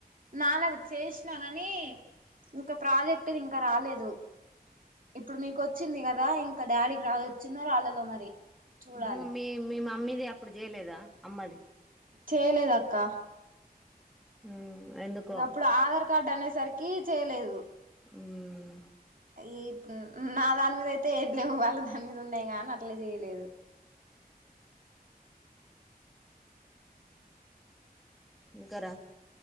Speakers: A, on the right; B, in the centre.
A: నాన్నది చేసిన గాని ఇంకా ప్రాజెక్ట్ ది ఇంకా రాలేదు ఇప్పుడు మీకు వచ్చింది కదా ఇంకా డాడీకి రాలే వచ్చిందో రాలేదో మరి చూడాలి
B: ఉమ్ మీ మీ మమ్మీది అప్పుడు చేయలేదా అమ్మది
A: చేయలేదక్క
B: ఉమ్ ఎందుకో
A: ఇగ అప్పుడు ఆధార్ కార్డు అనేసరికి చేయలేదు
B: ఉమ్
A: ఈ నా దాని మీద అయితే ఏం లేవు వాళ్ళ అనిది ఉన్నాయి కానీ అట్లా చేయలేదు
B: ఇగ్గర